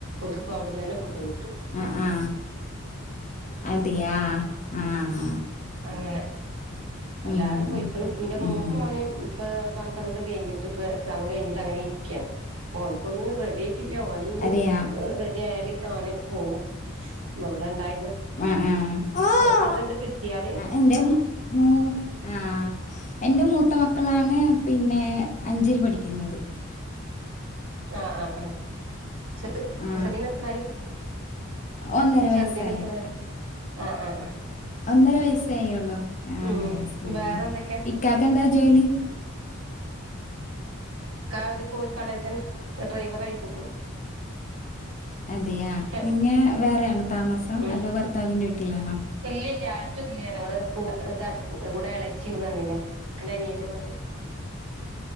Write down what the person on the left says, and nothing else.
ആ ആ അതെയാ ആഹ്
ഉം
ഉം
അതെയാ
ആഹ് ആഹ്
ആ എന്റെ മൂ ആഹ് എന്റെ മൂത്ത മക്കളാണ് പിന്നെ അഞ്ചിൽ പഠിക്കുന്നത്
ആ
ഒന്നര
വയസ്സായി അത്ര
ഒന്നര വയസ്സായിള്ളോ ആ
ഒന്നര വയസ്
ഇക്കാക്ക് എന്താ ജോലി
അതെയാ
നിങ്ങ വേറെ ആണോ താമസം
അല്ലോ ഭർത്താവിന്റെ വീട്ടിലാണോ